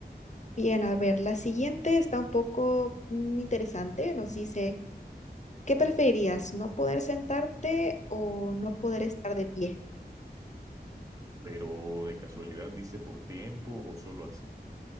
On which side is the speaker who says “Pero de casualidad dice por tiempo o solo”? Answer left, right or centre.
Right